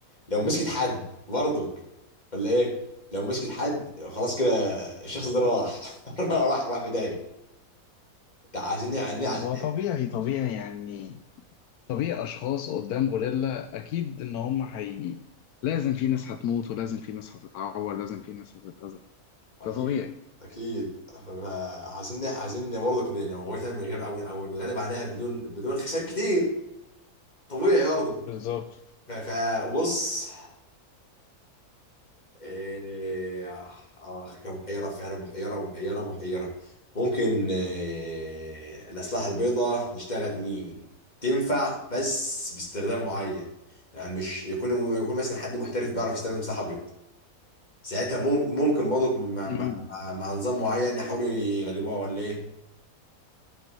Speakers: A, on the left (about 25°); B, on the left (about 75°).
A: لو مسكت حد برضك ولا ايه لو مسكت حد خلاص كده الشخص ده راح <laughs> راح راح في داهيه انت عايزين يعني عايزين
B: هو طبيعي طبيعي يعني طبيعي أشخاص قدام غوريلا أكيد إن هم حي لازم في ناس هتموت ولازم في ناس هتتعور لازم في ناس هتتأذى
A: اكيد
B: ده طبيعي
A: اكيد فما- عايزين عايزين برضك ن- نموتها من غير او او نغلب عليها بدون بدون خسائر كتير طبيعي برضه
B: بالظبط
A: فبص إيه آه كان محيرة فعلا محيرة محيرة محيرة ممكن إيه الأسلحة البيضاء نشتغل تنفع بس باستخدام معين يعني مش يكون يكون مثلا حد محترف بيعرف يستخدم سلاح أبيض ساعتها مم- ممكن برضه مع,
B: مم.
A: مع, مع مع نظام معين يحاولوا يغلبوها ولا إيه؟